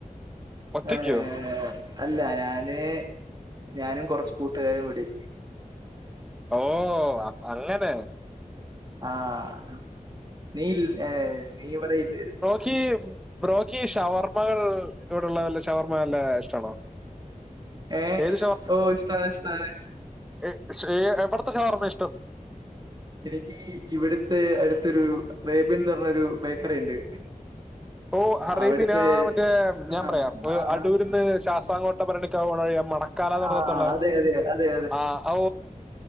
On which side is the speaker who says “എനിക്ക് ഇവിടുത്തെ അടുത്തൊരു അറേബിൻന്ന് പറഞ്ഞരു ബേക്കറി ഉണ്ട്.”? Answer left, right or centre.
Right